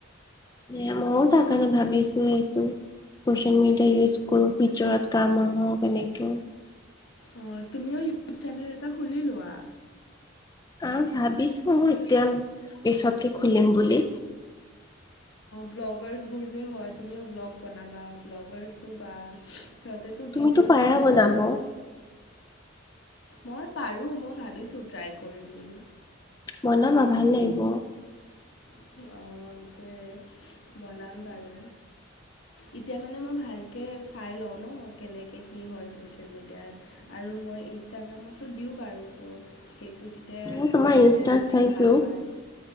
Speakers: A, on the left; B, on the left.
A: এ মইয়ো তাৰকৰণে ভাবিছোঁ, এইটো। ছচিয়েল মিডিয়া ইউজ কৰো, ফিউচাৰত কাম আহক এনেকে।
B: অ, তুমিও ইউটিউব চেনেল এটা খুলি লোৱা।
A: আহ, ভাবিছোঁ এতিয়া পিছতকে খুলিম বুলি।
B: ব্লগাৰছবোৰ যে হয়, তুমিও ব্লগ বনাবা ব্লগাৰছটো বা সিহঁতেটো
A: তুমিতো
B: ভিডিঅ'জ
A: পাৰা
B: বনায়।
A: বনাব।
B: মই পাৰো, মই ভাবিছোঁ ট্ৰাই কৰিম বুলি।
A: বনাবা ভাল লাগিব।
B: অ' সেইটোৱে বনাম বাৰু। এতিয়া মানে মই ভালকে চাই লওঁ ন, কেনেকে কি হয় ছচিয়েল মিডিয়াত আৰু মই ইনষ্টাগ্ৰামতো দিওঁ বাৰু তো সেইটো তেতিয়া
A: মই তোমাৰ
B: কোনে
A: ইনষ্টাত
B: কেনেকে
A: চাইছো
B: ভাল পায়